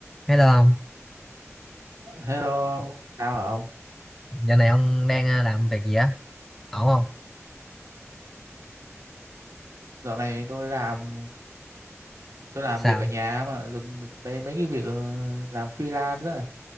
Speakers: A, in the centre; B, on the right.
A: Hello ông,
B: Hello ông, sao hả ông?
A: giờ này ông đang à, làm việc gì á? Ổn không?
B: Dạo này tôi làm tôi làm
A: Sao?
B: việc ở nhà mà dần- mấy mấy cái việc ờ, làm freelance á,